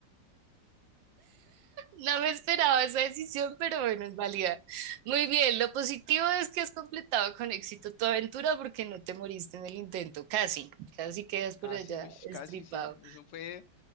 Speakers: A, on the right (about 90°); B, on the left (about 75°).
A: No me esperaba esa decisión, pero bueno, es válida. Muy bien, lo positivo es que has completado con éxito tu aventura porque no te moriste en el intento, casi, casi quedas
B: Casi,
A: por allá
B: uy,
A: estripado.
B: casi, sí. Eso fue